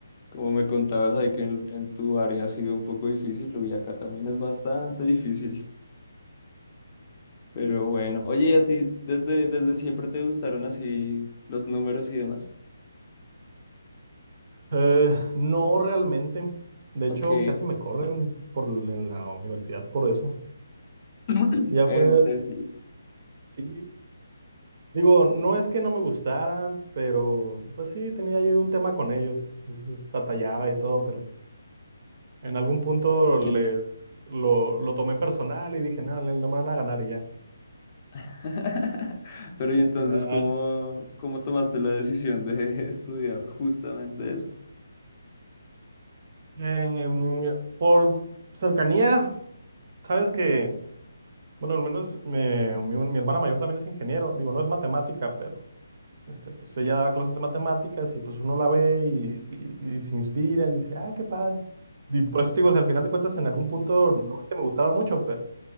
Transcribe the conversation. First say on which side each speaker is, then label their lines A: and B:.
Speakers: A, on the left; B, on the right.
A: como me contabas ahí que en, en tu área ha sido un poco difícil, y acá también es bastante difícil. Pero bueno, oye, ¿y a ti desde, desde siempre te gustaron así los números y demás?
B: Eh, no realmente. De hecho,
A: Ok,
B: casi me corren por, l- en la universidad por eso.
A: <clears throat>
B: Ya
A: en
B: fue,
A: serio.
B: sí, digo, no es que no me gustaran, pero pues sí, tenía ahí un tema con ellos. Entonces, batallaba y todo, pero en algún punto
A: Y
B: les lo, lo tomé personal y dije, no, le- no me van a ganar y ya.
A: <laughs> Pero y entonces,
B: ya,
A: ¿cómo, cómo tomaste la decisión de <laughs> estudiar justamente eso?
B: em, por cercanía, sabes que, bueno, al menos me- mi mi hermana mayor también es ingeniero. Digo, no es matemática, Este, pues ella daba clases de matemáticas y pues uno la ve y, y- y se inspira y dice, ay, qué padre. Y por eso te digo, o sea, al final de cuentas, en algún punto no es que me gustara mucho, pero